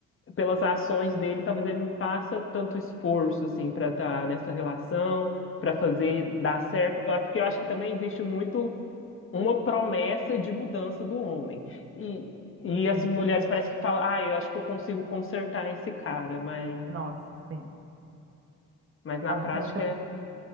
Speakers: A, on the left (about 45°); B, on the right (about 45°).
A: pelas ações dele, talvez ele não faça tanto esforço, assim, para estar nessa relação, para fazer dar certo. É Porque eu acho que também existe muito uma promessa de mudança do homem. E, e
B: Uhum.
A: as mulheres parece que falam, ah, eu acho que eu consigo consertar esse cara, mas,
B: Nossa, sim.
A: mas na
B: As-
A: prática,
B: muitas
A: é-